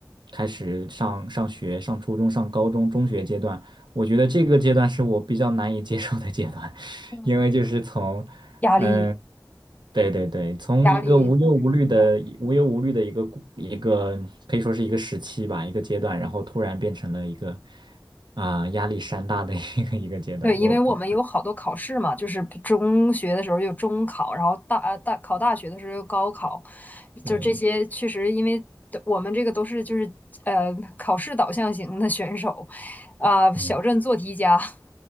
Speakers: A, on the right; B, on the left.
A: 开始上上学、上初中、上高中、中学阶段，我觉得这个阶段是我比较难以接受的阶段。
B: 嗯，
A: 因为就是从
B: 压力
A: 嗯，对对对，从一个无忧无虑的、
B: 压力开始增长。
A: 无忧无虑的一个故一个可以说是一个时期吧，一个阶段，然后突然变成了一个啊、压力山大的 <laughs> 一个一个阶段。
B: 对，因为我们有好多考试嘛，
A: 我比
B: 就是中学的时候有中考，然后大呃大考大学的时候有高考，
A: 对，
B: 就这些确实，因为我们这个都是就是呃考试导向型的选手，啊、小镇做题家，
A: 嗯，
B: <laughs>